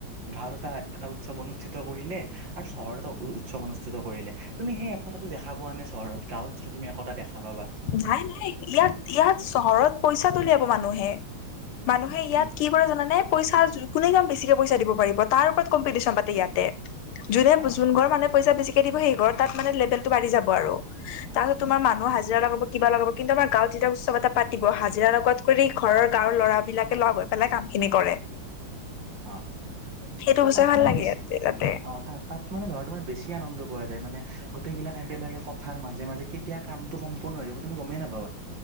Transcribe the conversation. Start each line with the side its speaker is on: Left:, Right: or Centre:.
Right: গাঁৱত এটা এটা উৎসৱ অনুষ্ঠিত কৰিলে আৰু চহৰত এটা উৎসৱ অনুষ্ঠিত কৰিলে তুমি সেই একতাটো দেখা পোৱা নে চহৰত গাঁৱত যিটো তুমি একতা দেখা পাবা।
Left: নাই, নাই ইয়াত ইয়াত চহৰত পইচা তোলে <unintelligible> মানুহে। মানুহে ইয়াত
Right: উম
Left: কি কৰে জানানে? পইচা কোনে কিমান বেছিকে পইচা দিব পাৰিব তাৰ ওপৰত কম্পিটিশ্যন পাতে ইয়াতে যোনে,
Right: অ
Left: যোন ঘৰ মানে পইচা বেছিকে দিব সেই ঘৰ তাত মানে লেবেলটো বাঢ়ি যাব আৰু। তাৰপাছত
Right: উম
Left: তোমাৰ মানুহ হাজিৰা লগাব কিবা লগাব কিন্তু আমাৰ গাঁৱত যেতিয়া উৎসৱ এটা পাতিব হাজিৰা লগ কৰি ঘৰৰ গাঁৱৰ ল'ৰা বিলাকে লগ হৈ পেলাই কাম খিনি কৰে।
Right: অ,
Left: সেইটো
Right: ত-তাত
Left: বস্তু ভাল
Right: মানে
Left: লাগে
Right: বেছি
Left: ইয়াতে তাতে।
Right: অ, তাত-তাত মানে ধৰা তোমাৰ বেছি আনন্দ পোৱা যায় মানে গোটেই বিলাক একেলগে ক তাৰ মাজে, মাজে কেতিয়া কামটো সম্পূৰ্ণ হৈ যাব তুমি গমেই নাপাবা।